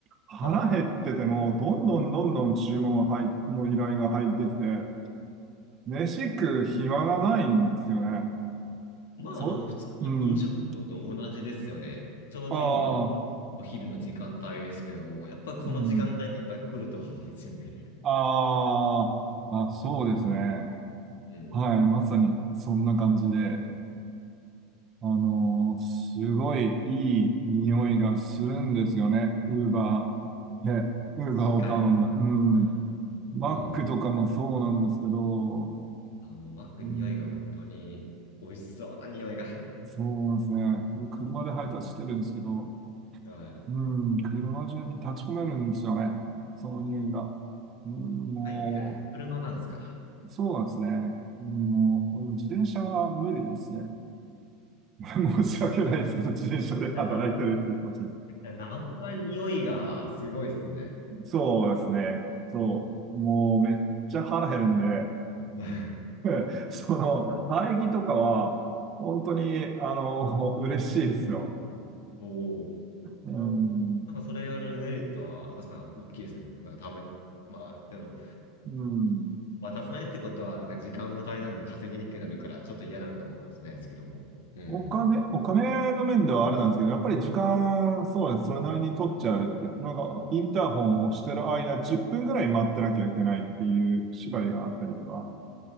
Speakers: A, on the right (about 35°); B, on the left (about 80°).
A: 腹減ってても、
B: はい。
A: どんどんどんどん注文が入の依頼が入ってきて、飯食う暇がないんですよね。
B: まあ、
A: そ、
B: あの、普通の飲食業と同じですよね。
A: うん。
B: ちょうど今、
A: ああ、
B: お昼の時間帯ですけども、やっぱこの時間帯っていっぱい来ると思うんですよね。
A: うん。ああ、あ、そうですね。
B: うん。
A: はい、まさにそんな感じで。あのーすごいいい匂いがするんですよね。ウーバー、え、
B: 確かに。
A: ウーバーを頼んだ。
B: 確かに
A: うん。マックとかもそうなんですけど、
B: うん。あ、もうマック匂いが本当に美味しそうな匂いが。
A: うん、そうなんですね。僕車で配達してるんですけど、
B: うんはい。
A: うん、車中に立ち込めるんですよね。その匂いが。うん、も
B: バイクじゃない、車なんですか。
A: う、そうなんですね。もう、自転車は無理ですね。<laughs>
B: じゃあ、
A: 申し訳ないですけど、
B: な、じ
A: 自転車で働いたりっていうこと
B: ゃあな、じゃあナンパの匂いがすごいですね。
A: そうですね。そう。もうめっちゃ腹減るんで、
B: <laughs>
A: <laughs> その、排気とかは、本当に、あの、嬉しいですよ。
B: おお。
A: うん。
B: なんかそれやるメリットは、確かに大きいですね。なんか食べ、まあ、でも、
A: うん。
B: 渡さないってことは、なんか時間無駄になんで稼ぎにくくなるから、ちょっと嫌なのかもしれないですけども。うん。
A: お金、お金の面ではあれなんですけど、やっぱり時間、そうです。それなりに取っちゃうって。なんか、インターホンを押してる間、10分ぐらい待ってなきゃいけないっていう縛りがあったりとか。